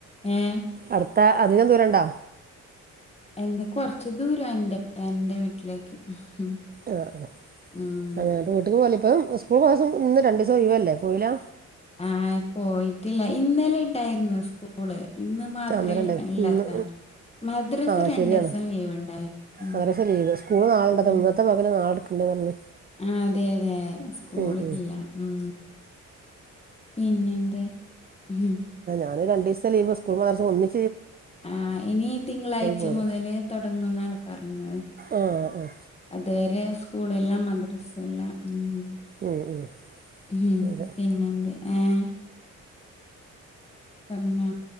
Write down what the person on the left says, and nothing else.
ഏ
എന്ത് കൊറച്ച് ദൂരം എന്റെ എന്റെ വീട്ടിലേക്ക് ഉം
ഉം
ആഹ് പോയിട്ടില്ല ഇന്നലെ ഇണ്ടാരുന്നു സ്കൂള് ഇന്ന് മാത്രേ
ഇല്ലാത്താ
മദ്രാസ
രണ്ട്
ദിവസം ലീവ് ഉണ്ടായി ഉം
ഉം
ആഹ് അതെ അതെ സ്കൂളില്ലാ
ഉം പിന്നെന്തേ ഉം
ആഹ് ഇനി തിങ്കളാഴ്ച
മുതല് തൊടങ്ങുന്നാണ് പറഞ്ഞത്
അത് വരെ സ്കൂളില്ല മദ്രസല്ല ഉം
ഹും
പിന്നെന്ത് ഏഹ് പറഞ്ഞോ